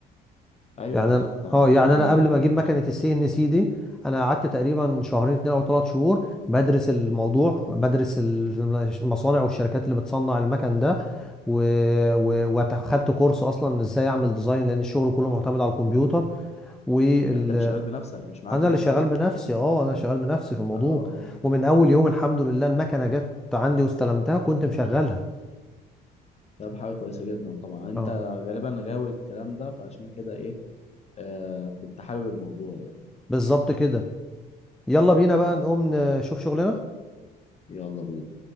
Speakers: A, on the left; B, in the centre.
A: أيوه
B: يعني
A: بالظبط
B: انا
A: يعني
B: اه
A: لازم
B: يعني
A: تعمل
B: انا قبل ما اجيب مكنه السي ان سي دي انا قعدت تقريبا شهرين اتنين او تلات شهور بدرس الموضوع بدرس ال- المصانع والشركات اللي بتصنع المكن ده و... و... وخدت كورس اصلا ازاي اعمل ديزاين لان الشغل كله معتمد على الكمبيوتر وال...
A: يعني أنت اللي شغال بنفسك مش معاك
B: انا
A: ناس
B: اللي شغال
A: أصلا
B: بنفسي اه انا شغال بنفسي في الموضوع
A: أه أه
B: ومن اول يوم الحمد لله المكنه جت عندي واستلمتها كنت مشغلها
A: ده حاجة كويسة جدا طبعا أنت
B: اه
A: غالبا غاوي الكلام ده فعشان كده إيه آه كنت حابب الموضوع يعني
B: بالظبط كده يلا بينا
A: تمام
B: بقى نقوم نشوف شغلنا
A: يلا بينا